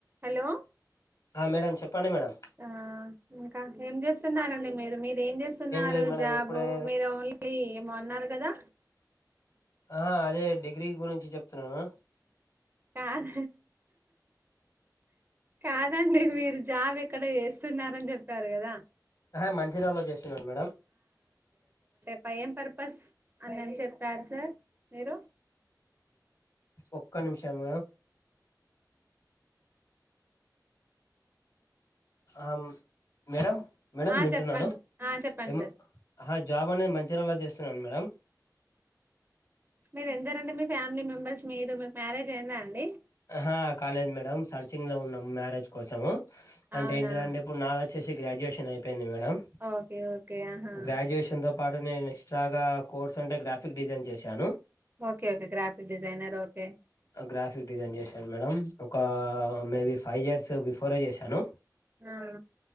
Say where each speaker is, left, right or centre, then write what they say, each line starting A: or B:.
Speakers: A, on the right (about 30°); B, on the left (about 55°).
A: హలో
B: ఆ మేడం చెప్పండి మేడం
A: ఆ ఇంకా ఏం చేస్తున్నరండి మీరు మీ ఏం చేస్తున్నారు
B: లేదు మేడం
A: జాబు
B: ఇప్పుడే
A: మీరు ఓన్లీ ఏమోన్నారు కదా!
B: ఆ అదే డిగ్రీ గురించి చెప్తున్నాను
A: కాద కాదండి మీరు జాబ్ ఎక్కడ చేస్తున్నారని చెప్పారు కదా
B: ఆహా మంచిర్యాలలో చేస్తున్నాను మేడం
A: ప ఏం పర్పస్ అనిని చెప్పారు సార్ మీరు
B: ఒక్క నిమిషం మే ఆమ్ మేడమ్ మేడం
A: ఆ
B: వింటున్నాను
A: చెప్పండి ఆ చెప్పండి
B: ఏమో
A: సార్
B: జాబ్ ఆహా అనేది మంచిర్లా చేస్తున్నాను మేడం
A: మీరు ఎందరండి? మీ ఫ్యామిలీ మెంబెర్స్ మీరు మీకు మ్యారేజ్ అయిందా అండి.
B: ఆ కాలేద్ మేడమ్ సర్చింగ్ లో ఉన్నాం మ్యారేజ్ కోసం అంటే
A: అవునా
B: ఏంటిదంటే ఇప్పుడు నాది వచ్చేసి గ్రాడ్యుయేషన్ అయిపోయింది. మేడం
A: ఓకే ఓకే ఆహా
B: గ్రాడ్యుయేషన్ తో పాటు నేను నెస్ ఎస్ట్రాగా కోర్స్ అంటే గ్రాఫిక్ డిజైన్ చేశాను
A: okay okay graphic designer okay
B: graphic design చేశాను మేడం ఒక మేబి ఫైవ్ ఇయర్స్ బిఫోరే చేశాను
A: ఆ ఆ